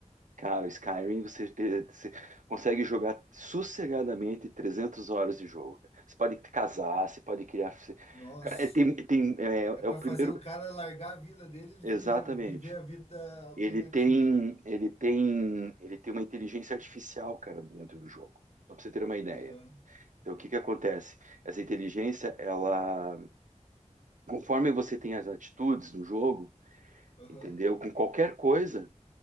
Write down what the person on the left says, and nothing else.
Nossa.
É para
fazer o cara largar a vida dele e
vira- viver a vida alternativa.
<laughs>
Aham,
aham.